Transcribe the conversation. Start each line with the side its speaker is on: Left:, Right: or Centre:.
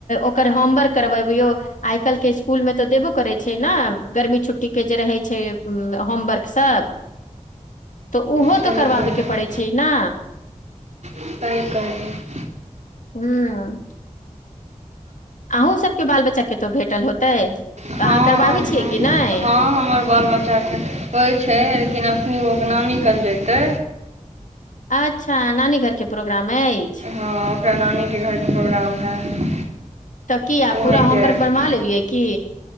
Left: ओकर होमवर्क करबबियौ। आइ काल्हिके इसकुलमे तऽ देबो करैत छै ने गर्मी छुट्टीके जे रहैत छै होमवर्कसभ। तऽ ओहो
Right: सही
Left: तऽ करबाबे
Right: बोलली
Left: के पड़ैत छै न।
Right: सही कहलीय।
Left: हू। हूँ। आहूँ सबके बाल बच्चा केतहु भेटल होतै।
Right: हँ
Left: तऽ अहाँ करबाबै
Right: हँ
Left: छियै कि नहि
Right: हँ हमर बाल बच्चाके। होइ छै लेकिन एखन ओ नानी कन जेतै।
Left: अच्छा नानी घर के प्रोग्राम अइछ।
Right: हँ ओकरा नानीके घरके प्रोग्राम हइ।
Left: तब की आब
Right: तऽ वहीँ
Left: पूरा
Right: जायब
Left: होमवर्क बनवा लेलियै की।